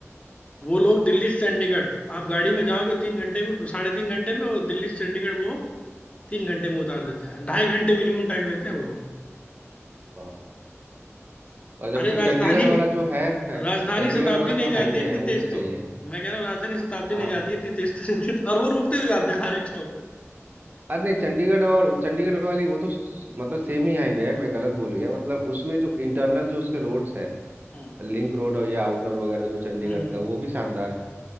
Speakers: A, on the left (about 25°); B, on the right (about 35°).
A: वो लोग दिल्ली से चंडीगढ़ आप गाड़ी में जाओगे तीन घंटे में साढ़े तीन घंटे में वो दिल्ली से चंडीगढ़ वो तीन घंटे में उतार देते हैं ढाई घंटे मिनिमम टाइम लेते हैं वो लोग
B: वाह और जबकि
A: अरे राजधानी
B: चंडीगढ़ वाला
A: नहीं
B: जो है <laughs>
A: राजधानी
B: चंडीगढ़
A: शताब्दी
B: वाला जो
A: नहीं
B: हाईवे
A: जाती है इतनी
B: है वो
A: तेज
B: भी सही
A: तो
B: है
A: मैं कह रहा हूँ राजधानी शताब्दी
B: हाँ
A: नहीं जाती है इतनी तेज तो <laughs> और वो रुकते हुए जाते हैं हर एक स्टॉप पे
B: अरे नहीं चंडीगढ़ और चंडीगढ़ वाली वो तो स- मतलब सेम ही हाईवे है मैं गलत बोल गया मतलब उसमें जो इंटरनल जो उसके रोड्स है
A: हम्म
B: लिंक रोड और या आउटर वगैरह जो चंडीगढ़
A: हम्म
B: का वो भी शानदार है